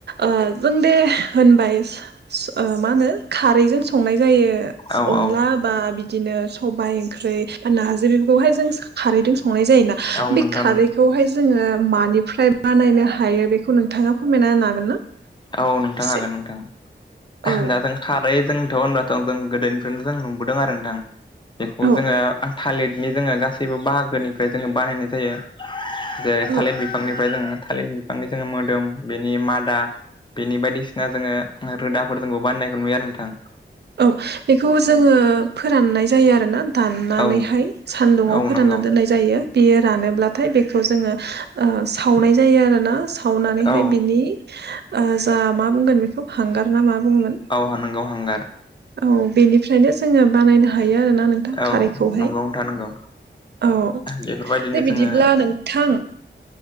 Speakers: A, on the right (about 60°); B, on the left (about 25°).
A: ओ जों दे होनबाय- मा होनो खारैजों संनाय जायो।
B: औ
A: अनला
B: औ
A: बा बिदिनो सबायाइ ओंख्रि बा नारजिफोरखौहाय जों- खारैजों संनाय जायोना।
B: औ नोंथां नंगौ
A: बेखौहाय जोङो मानिफ्राय बाानायनायनो हायो बेखौ नोंथाङा फोरमायना हागोन ना?
B: औ नोंथां
A: एसे
B: हागोन नोंथां
A: औ
B: दा जों खारै जोंथ' होनबाथ' जों गोदोनिफ्रायनोथ' जों नुबोदों आरो नोंथां बेखौ
A: औ
B: जोङो- थालिरनि जोङो गासैबो बाहागोनिफ्राय जोङो बानायनाय जायो जेरै-
A: औ
B: थालिर बिफां- बिफांनिफ्राय जोङो थालिर बिफांनि जोङो मोदोम बेनि मादा- बिनि बायदिसिना जोङो रोदाफोर जोंबो बाननायखौ नुयो आरो नोंथां।
A: औ बेखौ जोङो फोराननाय जायो आरोना दाननानैहाय
B: औ
A: सान्दुंआव
B: औ
A: फोरानना
B: नंगौ
A: दोननाय जायो। जायो बे रानोब्लाथाय बेखौ जों ओ सावनाय जायो आरोना- सावनानैहाय
B: औ
A: बिनि जा मा बुंगोन बेखौ हांगार ना मा बुङोमोन?
B: औहा नोंगौ हांगार
A: औ बेनिफ्रायनो जोङो बानायनो हायो होना नोंथां
B: औ
A: खारखौ
B: नंगौ नोंथां नंगौ
A: औ
B: बेफोरबायदिनो
A: दे
B: जोङो
A: बिब्ला नोंथ थां